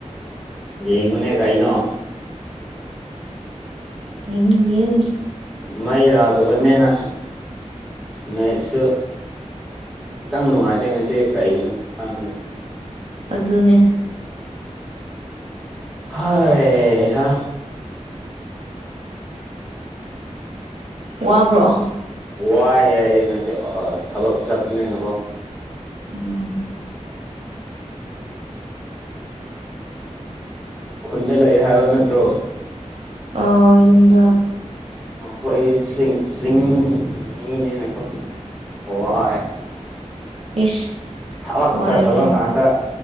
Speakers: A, in the centre; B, on the right.
A: ꯌꯦꯡꯉꯅꯦ ꯀꯥꯏꯅꯣ
B: ꯌꯦꯉꯒ
A: ꯃꯩ ꯂꯥꯛꯛꯇꯕꯅꯤꯦꯅ ꯅꯠꯁꯨ ꯈꯤꯇꯪ ꯅꯨꯡꯉꯥꯏꯇꯦ ꯉꯁꯤ ꯀꯩꯒꯤꯅꯣ ꯈꯪꯅꯦ
B: ꯑꯗꯨꯅꯦ
A: ꯍꯥꯏ ꯍꯥ
B: ꯋꯥꯕ꯭ꯔꯣ
A: ꯋꯥꯏꯍꯦ ꯍꯌꯦꯡ ꯉꯁꯤ ꯊꯕꯛ ꯆꯠꯠꯇꯅꯦꯩꯅꯀꯣ
B: ꯑꯣ
A: ꯈꯨꯟꯗ ꯂꯩꯌꯦ ꯍꯥꯏꯕ ꯅꯠꯇ꯭ꯔꯣ
B: ꯑ ꯏꯗ
A: ꯑꯩꯈꯣꯏ ꯁꯤꯡ ꯃꯤꯅꯦꯅꯦꯀꯣ ꯋꯥꯏ
B: ꯏꯁ
A: ꯊꯕꯛꯀ
B: ꯋꯥꯏ
A: ꯊꯕꯛ
B: ꯀꯥꯏꯅ
A: ꯉꯥꯛꯇ